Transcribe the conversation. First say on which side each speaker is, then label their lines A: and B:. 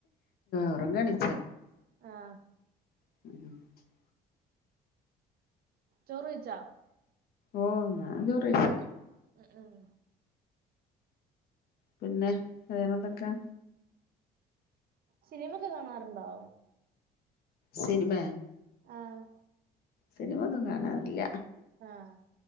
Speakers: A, on the left; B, on the right.
A: ഉറങ്ങനി
B: ആഹ്
A: <inaudible>
B: ചോറ് കയ്ച്ച?
A: ഓഹ് ഞാൻ ചോറ് കയ്ച്ച്
B: ഉം ഉം
A: പിന്നെ വേറെന്തെക്കെയാ?
B: ഫിലിമൊക്കെ കാണാറുണ്ടോ?
A: സിനിമേ?
B: ആഹ്
A: സിനിമന്നും കാണാറില്ല
B: ആഹ്